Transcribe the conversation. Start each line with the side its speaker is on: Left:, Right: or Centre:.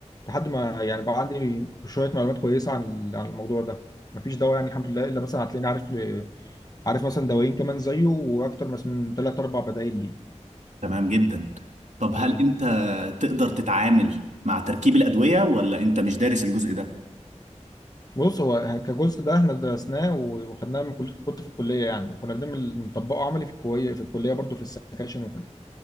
Left: لحد ما يعني بقى عندي شويه معلومات كويسه عن ال- عن الموضوع ده مفيش دواء يعني الحمد لله الا مثلا هتلاقيني عارف عارف مثلا دوايين كمان زيه واكتر مس- من ثلاث اربع بدايل ليه
Right: تمام جدا طب هل
Left: مم.
Right: انت تقدر تتعامل مع تركيب الادويه ولا انت مش دارس الجزء ده
Left: بص هو كجزء ده احنا درسناه و- وخدناه من كليه كنت في الكليه يعني وكنا بنعمل نطبقه عملي في الكليه في الكليه برضه في السكاشن وكده